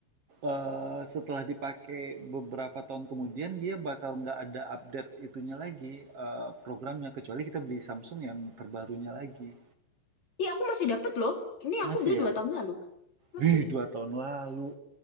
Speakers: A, on the right (about 55°); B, on the left (about 45°).
A: eh, setelah dipakai beberapa tahun kemudian dia bakal nggak ada update itunya lagi eh, programnya kecuali kita beli Samsung yang terbarunya lagi.
B: Iya, aku masih dapet loh. Ini
A: Masih
B: aku beli dua
A: ya?
B: tahun lalu. Masih
A: Wih, 2 tahun lalu.